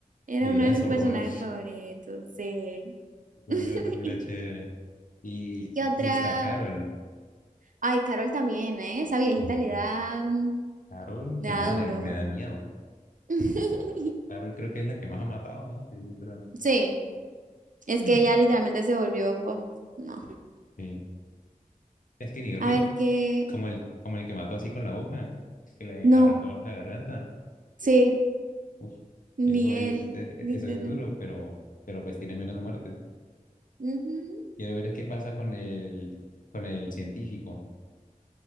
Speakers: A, on the right; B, on the left.
A: era
B: Vivía
A: uno de
B: en
A: mis
B: su
A: personajes
B: rol.
A: favoritos, sí.
B: <laughs> El rol
A: <laughs>
B: de rey era chévere. Y,
A: ¿Qué otra?
B: y está Carol.
A: Ay, Carol también, ¿eh? Esa viejita
B: Sí,
A: le da, le
B: Carol,
A: da
B: mi madre,
A: duro.
B: me da miedo.
A: <laughs>
B: Carol creo que es la que más ha matado gente, yo creo.
A: Sí, es
B: <laughs>
A: que ella literalmente se volvió, oh, no.
B: Sí. Es que ni Rick.
A: A ver qué,
B: Como el, como el que mató así con la boca, que le
A: no,
B: arrancó la garganta.
A: sí,
B: Uf,
A: ni
B: eso es,
A: él,
B: <laughs> eh,
A: literal.
B: eso es duro, pero, pero pues tiene menos muertes.
A: Ujú.
B: Quiero ver qué pasa con el, con el científico,